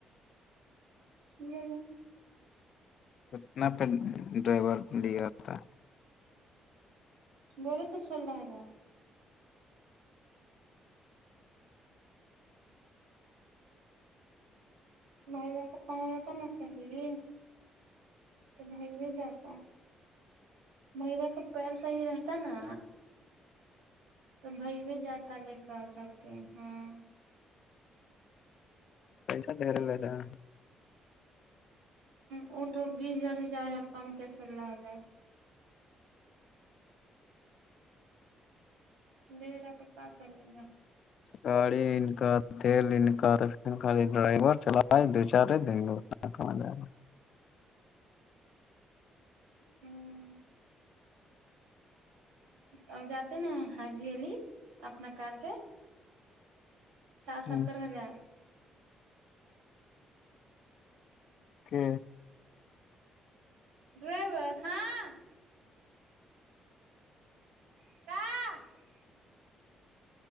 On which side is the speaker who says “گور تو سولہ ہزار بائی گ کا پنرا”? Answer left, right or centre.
Right